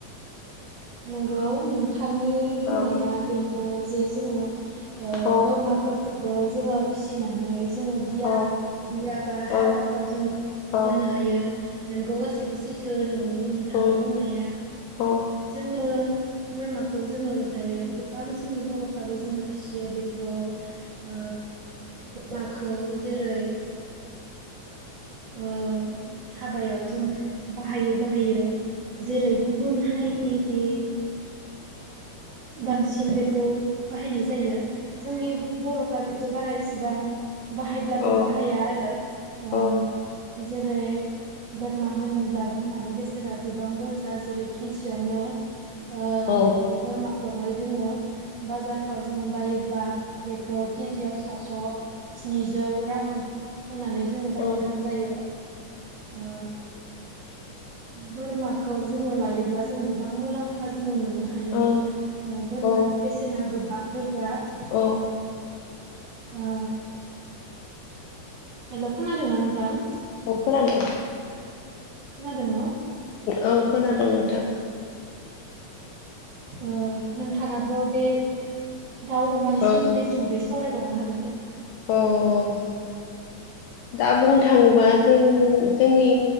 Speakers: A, on the right; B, on the left.
A: नोंगौ नोंथां नि बुंनाया
B: औ
A: बेनो जे जोङो
B: औ
A: बोरमाफोरखौबो जोङो फिसि फिसिनानै जोङो बिया
B: औ
A: बिया बा
B: औ
A: हाबाफ्राव जों होनो
B: औ
A: हायो। नोंगौ गासैबो सैथो नोंगौ नि नोंथांनि
B: औ
A: बुंनाया
B: औ
A: जोङो बोरमाखौ जोङो दायो गोबां जोंनि बर'फ्राबो जोङो फिसियो बेखौ आ नाखौ जेरै ओ हाबायाव जों बाहायो बाहायो जेरै गुबुन हारिनि जि बांसिन बेखौ बाहायनाय जायो जोंनि बर'फ्रा बेखौ बारा एस दां बाहायब्लाबो
B: औ
A: बाहाया आरो ओ
B: औ
A: जेरै बोरमा होनोब्ला बोरमानि बेसेना गोबां बुरजा जेरै केजियावनो ओ
B: औ
A: बेे बोरमा जोङो बाजारफोराव जोङो बायोब्ला बेक खौ केजियाव सातस' स्निजौ राङो होननानै जोङो बायनो
B: औ
A: गोनां जायो ओ बोरमाखौ जोङो लायोब्ला जों गोबां मुलाम्फा जोङो मो ननो हायो
B: औ
A: ओ बोरमानि
B: औ
A: बेसेना गोबां बुरजा
B: औ
A: ओ हेलौ खोनादोंना नोंथां
B: न'फोरानो
A: खोनादों न'
B: औ खोनादों नोंथां
A: ओ नोंथाङाबो बे दाउ अमानि
B: औ
A: सोमोन्दै सुंदैयै सावराय बावनो हागोन दे
B: औ औ दा बुंनो थाङोबा जों जोंनि